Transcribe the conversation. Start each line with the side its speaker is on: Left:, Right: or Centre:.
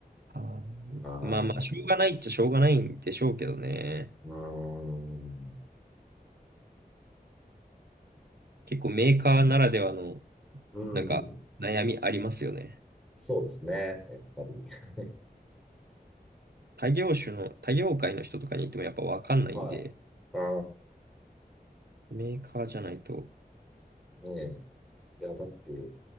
Right: は
Centre: ああ、
Right: いまあまあ、
Centre: う
Right: しょうがないっちゃしょうがないんでしょうけどね。
Centre: ーん。
Right: 結構メーカーならではの、
Centre: うん。
Right: なんか、悩みありますよね。
Centre: そうですね。やっぱり。<laughs>
Right: 他業種の、他業界の人とかに行ってもやっぱわかんないんで、
Centre: はい。ああ、
Right: メーカーじゃないと、
Centre: ねえ。いや、だって、